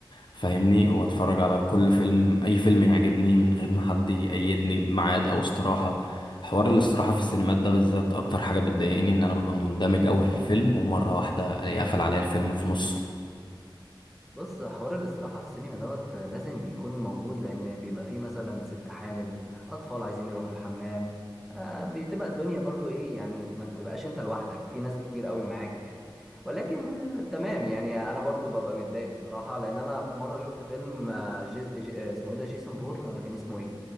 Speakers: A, on the left; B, in the centre.
A: فاهمني واتفرج على كل فيلم اي فيلم يعجبني من غير ما حد يقيدني بميعاد او استراحه حوار الاستراحه في السينمات ده بالذات اكتر حاجه بتضايقني ان انا ببقى مندمج قوي في الفيلم ومره واحده الاقي قفل عليا الفيلم في نصه
B: بص حوار الاستراحة في السينما دوت آه، لازم بيكون موجود لأن بيبقى فيه مثلا ست حامل أطفال عايزين يروحوا الحمام آه بتبقى الدنيا برضو إيه يعني ما بتبقاش أنت لوحدك في ناس كتير قوي معاك يعني ولكن آه تمام يعني أنا برضو ببقى متضايق بصراحة لأن أنا في مرة شفت فيلم آه جيس جي آه، اسمه إيه ده جيسون بورن ولا كان اسمه إيه؟